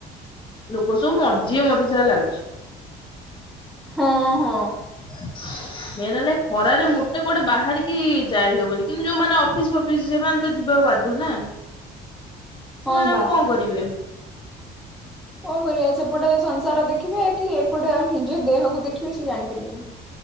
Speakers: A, on the left; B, in the centre.
A: ଲୋକ ସବୁ
B: ଆଉ
A: ମର୍ଜିବେ ମତେ ଯାହା ଲାଗୁଚି
B: ହୁଁ ହୁଁ
A: <inaudible> ମେନ୍ ହେଲା ଏ ଖରାରେ ମୋଟେ କୁଆଡେ ବାହାରିକି ଯାଇ ହବନି କିନ୍ତୁ ଯୋଉମାନେ ଅଫିସ୍ ଫଫିସ୍ ଜିବ୍ ସେମାନେ ତ ଯିବାକୁ ବାଧ ନା
B: ହଁ
A: ସେମାନେ
B: ବା।
A: ଆଉ କଣ କରିବେ।
B: କଣ କରିବା ସେପଟେ ସଂସାର ଦେଖିବେ କି ଏପଟେ ଆଉ ନିଜ ଦେହକୁ ଦେଖିବେ ସେ ଜାଣିପାରିବେନ